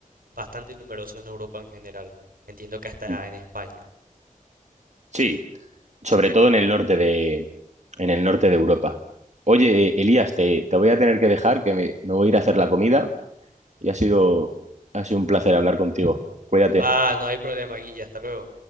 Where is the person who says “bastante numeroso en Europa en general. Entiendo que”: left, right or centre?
Right